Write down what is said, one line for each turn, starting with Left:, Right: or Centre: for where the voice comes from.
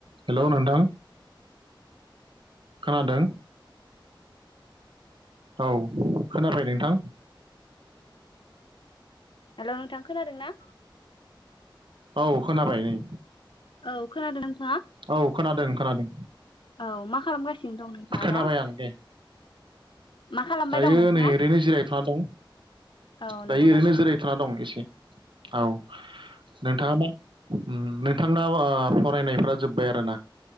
Right: हेलौ नोंथां खोनादों? औ खोनाफैबाय नोंथां।
Left: हेल' नोंथां खोनादों ना?
Right: औ खोनाबाय नै
Left: औ खोनादों नोंथाङा
Right: औ खोनादों खोनादों।
Left: औ मा खालामगासिनो दं नोंथाङा
Right: खोनाबाय
Left: दा
Right: आं दे
Left: मा खालामबाय
Right: दायो
Left: दं नोंथाङा?
Right: नै ओरैनो जिरायथ'ना दं।
Left: औ
Right: दायो
Left: नंगौ
Right: ओरैनो
Left: नामा नोंथां?
Right: जिरायथ'ना दं एसे औ नोंथाङा मा उम नोंथांनाव ओ फरायनायफोरा जोब्बाय आरोना